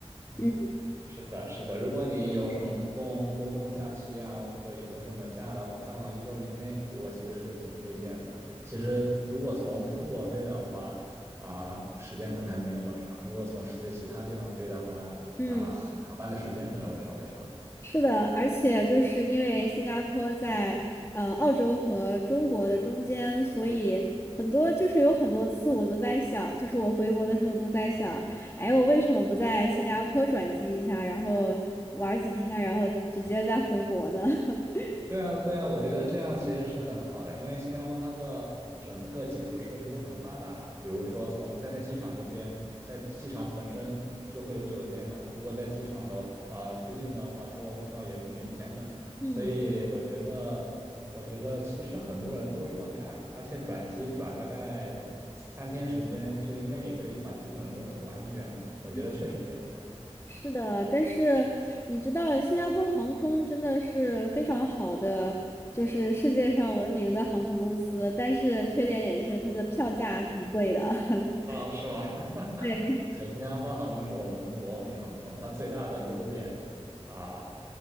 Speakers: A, on the right; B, on the left.
A: 嗯，
B: 嗯
A: 是的，是的。如果你有什么公共公共假期啊，或者有什么假的话，刚好一周以内，我其实是挺推荐的。其实如果从中国飞的话，啊、时间可能还没那么长；如果从世界其他地方飞的话，
B: 嗯。
A: 啊、航班的时间可能会稍微长。
B: 是的，而且就是因为新加坡在呃澳洲和中国的中间，所以很多就是有很多次我都在想，就是我回国的时候都在想，哎，我为什么不在新加坡转机一下，然后玩儿几天，然后直接再回国呢？<laughs>
A: 对啊，对啊，我觉得这样其实是很好的，因为新加坡它的整个基础设施都很发达，比如说从在在机场那边，在机场本身就会有酒店啊，如果在机场的啊、呃出境的话，中国护照也是免签的，
B: 嗯
A: 所以我觉得，我觉得其实很多人都这么干，而且转机转大概三三天时间就应该也可以把基本的东西玩一遍了，我觉得确实可以这样。
B: 嗯。是的，但是你知道，新加坡航空真的是非常好的，就是世界上闻名的航空公司，但是缺点也是它的票价挺贵的。<laughs>
A: 啊，是吗？<laughs>
B: 对。
A: 对，新加坡航空是我们的国民航空，它最大的优点啊，